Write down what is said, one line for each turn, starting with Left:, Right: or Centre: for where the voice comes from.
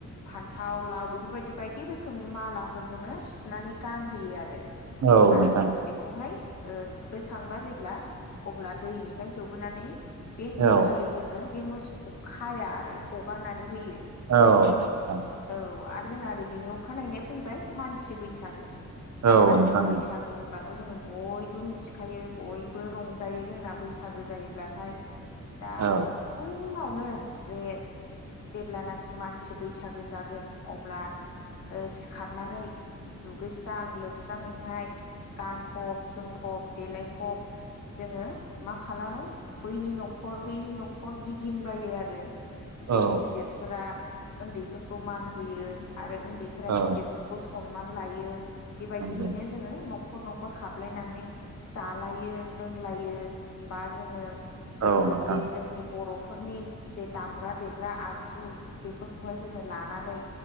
Left: फान्थाव लाव बेफोरबायदि बायदि रो खोमनि मालाफोरजोंनो सुनानै गानहोयो आरो
Right: औ
Left: आरो
Right: नोंथां
Left: जोङो बेख खौहाय ओ थुखैखांब्ला जेब्ला अब्ला दैनिफ्राय होबोनानै बे दिनखालि
Right: औ
Left: जोंङो बे मोसौखौ खाया आरो हगारनानै होयो
Right: औ नोंथां
Left: औ आरो जोंना ओरै बेनि अखानायैहाय फैबाय मानसि बैसागो दा
Right: औ
Left: मानसि
Right: नोंथां
Left: बैसागो होनबा थ' जोङो बयबो मिथिखायो बयबो रंजायो जोंना बैसागो जायोब्लाथाय दा
Right: औ
Left: फुङावनो जे जेब्लानाखि मानसि बैसागो जागोन अब्ला ओ सिखारनानै दुगैस्रां लोबस्रङैहाय गानफब जोमफब देलायफब जोङो मा खालामो बैनि न'खर बेनि न'खर गिदिंबायो आरो जे
Right: औ
Left: गिदिरफोरा उन्दैफोरखौ मान होयो आरो उन्दैफोरा
Right: औ
Left: गिदिर सनमान लायो बेबायदियैनो
Right: नंगौ
Left: जोङो नखर न'खर न'खर हाबलायनानै जालायो लोंलायो बा जोङो ओ
Right: औ नोंथां
Left: जे जोंनि बर'फोरनि जे दामग्रा देग्रा आगजु बेफोरखौहाय जोङो लानानै